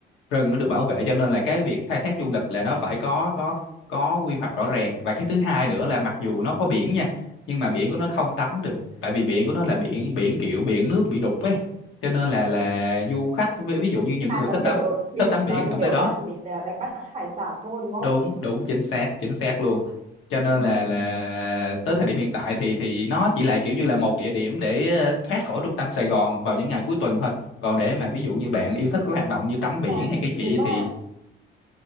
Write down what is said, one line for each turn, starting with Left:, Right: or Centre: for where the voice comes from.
Left: rừng nó được bảo vệ cho nên là cái việc khai thác du lịch là nó phải có có có quy hoạch rõ ràng và cái thứ hai nữa là mặc dù nó có biển nha nhưng mà biển của nó không tắm được tại vì biển của nó là biển biển kiểu biển nước bị đục ấy cho nên là là du khách ví, ví dụ như những
Right: À
Left: người
Right: tớ
Left: thích
Right: hiểu
Left: tắm
Right: rồi, biển
Left: thích tắm biển
Right: nó
Left: thì
Right: như
Left: không
Right: kiểu
Left: tới đó
Right: là chỉ để à, đánh bắt hải sản thôi đúng không?
Left: đúng đúng chính xác chính xác luôn cho nên
Right: Ừ. ừ,
Left: là là
Right: ừ.
Left: tới thời điểm hiện tại thì thì nó chỉ là kiểu như là một địa điểm để ờ, thoát khỏi trung tâm Sài Gòn vào những ngày cuối tuần thôi còn để mà ví dụ như bạn yêu thích cái hoạt động như tắm
Right: Nhưng
Left: biển
Right: mà
Left: hay cái kia
Right: nếu mà
Left: thì